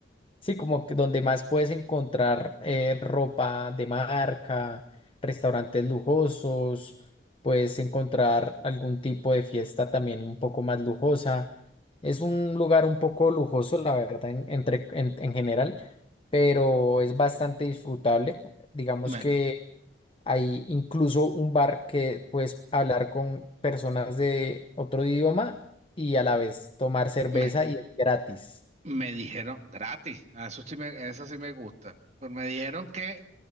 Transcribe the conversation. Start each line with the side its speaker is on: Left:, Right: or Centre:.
Left: Sí, como que donde más puedes encontrar eh, ropa de marca, restaurantes lujosos, puedes encontrar algún tipo de fiesta también un poco más lujosa. Es un lugar un poco lujoso, la verdad, en, entre, en, en general, pero es bastante disfrutable. Digamos
Right: Me,
Left: que hay incluso un bar que puedes hablar con personas de otro idioma y a la vez tomar cerveza
Right: me,
Left: y es gratis.
Right: me dijeron gratis. Ah, eso sí me, eso sí me gusta. Pero me dijeron que